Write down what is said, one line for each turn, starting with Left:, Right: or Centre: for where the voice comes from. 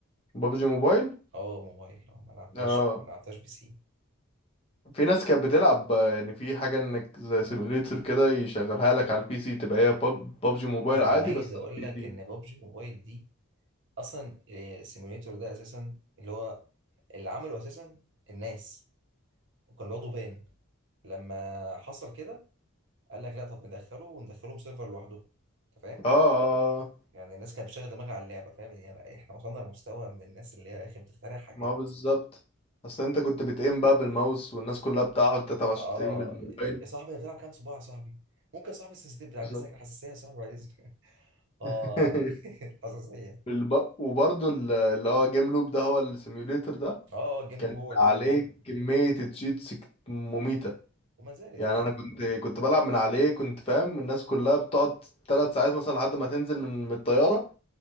Left: بابجي موبايل
Right: اه موبايل اه ما لعبتهاش
Left: اه
Right: ما لعبتهاش بي سي
Left: في ناس كانت بتلعب آه، يعني في حاجة انك زي سيموليتر كده يشغلها لك على البي سي تبقى هي ببجي موبايل
Right: انا
Left: عادي
Right: عايز
Left: بس
Right: اقول
Left: على البي
Right: لك
Left: سي
Right: ان بابجي موبايل دي اصلا السيموليتور ده اساسا اللي هو اللي عمله اساسا الناس وكانوا بياخدوا بان لما حصل كده قال لك لا طب ندخله وندخلهم سيرفر لوحده انت فاهم
Left: اه اه
Right: يعني الناس كانت بتشغل دماغها على اللعبه فاهم يعني احنا وصلنا لمستوى من الناس اللي هي يا اخي بتخترع حاجات
Left: ما هو بالظبط اصل انت كنت بتقيم بقى بالماوس والناس كلها بتحاول تتعب عشان
Right: اه
Left: تقيم بالموبايل
Right: يا صاحبي انت بتلعب كام صباع يا صاحبي ممكن يا صاحبي السنسيتيف بعد
Left: بالظبط
Right: اذنك الحساسيه يا صاحبي بعد اذنك <laughs> اه
Left: <laughs>
Right: <laughs> الحساسيه
Left: والب- وبرضه ال- اللي هو جيم لوب ده هو السيموليتر ده
Right: اه اه الجيم
Left: كان
Right: لوب هو اللي
Left: عليه
Right: فعلا كان
Left: كمية تشيتس مميتة
Right: وما زالت
Left: يعني
Right: على فكره
Left: انا كنت كنت بلعب من عليه كنت فاهم الناس كلها بتقعد ثلاث ساعات مثلا لحد ما تنزل من من الطيارة